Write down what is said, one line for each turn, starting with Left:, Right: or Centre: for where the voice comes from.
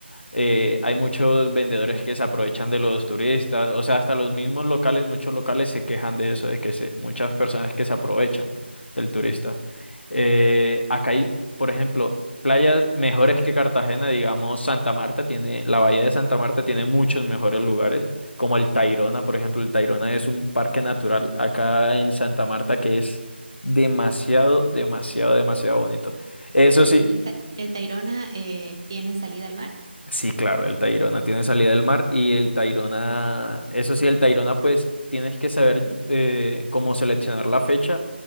Left: eh, hay muchos vendedores que se aprovechan de los turistas, o sea, hasta los mismos locales, muchos locales se quejan de eso, de que se, muchas personas que se aprovechan del turista. Eh, acá hay, por ejemplo, playas mejores que Cartagena, digamos, Santa Marta tiene, la bahía de Santa Marta tiene muchos mejores lugares, como el Tayrona, por ejemplo, el Tayrona es un parque natural acá en Santa Marta que es demasiado, demasiado, demasiado bonito. Eso sí.
Right: ¿Y el, Ta- el Tayrona eh, tiene salida al mar?
Left: Sí, claro, el Tayrona tiene salida del mar y el Tayrona, eso sí, el Tayrona pues tienes que saber eh, cómo seleccionar la fecha